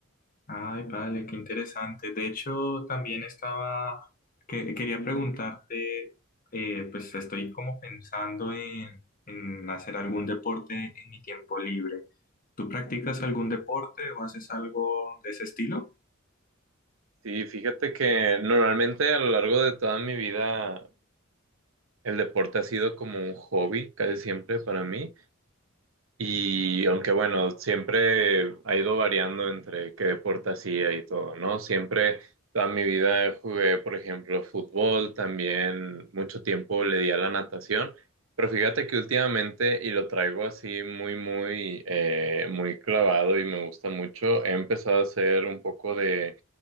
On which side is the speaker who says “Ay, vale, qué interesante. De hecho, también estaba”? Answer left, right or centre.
Left